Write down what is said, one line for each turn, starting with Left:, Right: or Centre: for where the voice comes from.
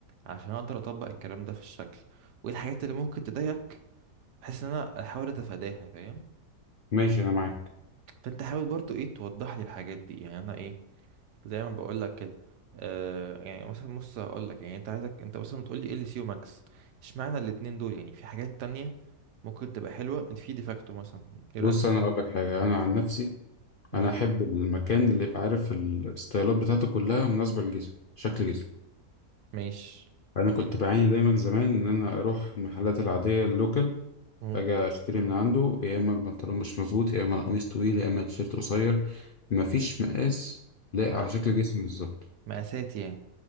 Right: عشان اقدر اطبق الكلام ده في الشكل وايه الحاجات اللي ممكن تضايقك بحيث ان انا احاول اتفاداها فاهم
Left: ماشي أنا معاك
Right: فانت حاول برضه ايه توضح لي الحاجات دي يعني انا ايه زي ما بقول لك كده آه يعني مثلا بص هقول لك يعني انت عايزك انت مثلا بتقول لي ال سي وماكس اشمعنى الاتنين دول يعني في حاجات تانية ممكن تبقى حلوه في ديفاكتو مثلا ايه
Left: بص
Right: رايك في
Left: أنا أقول لك حاجة أنا عن نفسي
Right: ده
Left: أنا أحب المكان اللي يبقى عارف الستايلات بتاعته كلها مناسبة لجسمي شكل جسمي
Right: ماشي
Left: أنا كنت
Right: يعني
Left: بعاني دايما زمان إن أنا أروح المحلات العادية اللوكال
Right: مم.
Left: اجي اشتري من عنده يا اما البنطلون مش مظبوط يا اما القميص طويل يا اما التيشيرت قصير مفيش مقاس لايق
Right: لا
Left: على شكل جسمي بالظبط
Right: مقاسات يعني